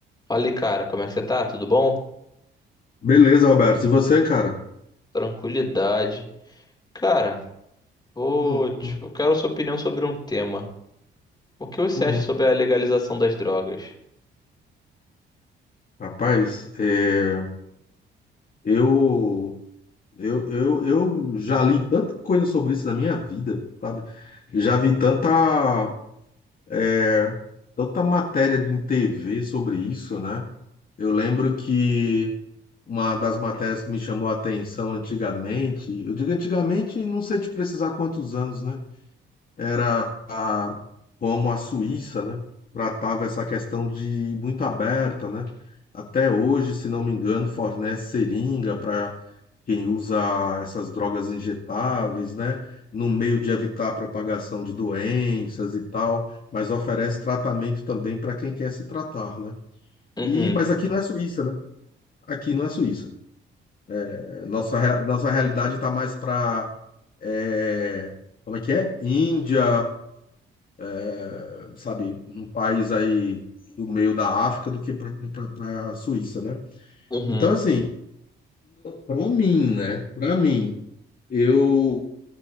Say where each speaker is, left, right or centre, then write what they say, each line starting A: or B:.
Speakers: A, on the left (about 20°); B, on the left (about 45°).
A: Fala cara, como é que você tá? Tudo bom?
B: Beleza, Roberto. E você, cara?
A: Tranquilidade. Cara, vou
B: Hum,
A: te-
B: hum,
A: eu quero sua opinião sobre um tema. O que você
B: uhum.
A: acha sobre a legalização das drogas?
B: Rapaz, é, eu, eu, eu, eu já li tanta coisa sobre isso na minha vida, sabe? Já vi tanta, é, tanta matéria em TV sobre isso, né? Eu lembro que uma das matérias que me chamou a atenção antigamente, eu digo antigamente, não sei te precisar quantos anos, né? era a- como a Suíça, né, tratava essa questão de muito aberta, né? Até hoje, se não me engano, fornece seringa para quem usa essas drogas injetáveis, né? No meio de evitar a propagação de doenças e tal, mas oferece tratamento também para quem quer se tratar, né?
A: Uhum,
B: E, mas aqui não é Suíça, né? Aqui não é Suíça. É, Nossa, rea- nossa realidade está mais para é, como é que é? Índia, é, sabe, um país aí do meio da África do que para a Suíça, né?
A: uhum,
B: Então, assim, para mim, né? Para mim, eu,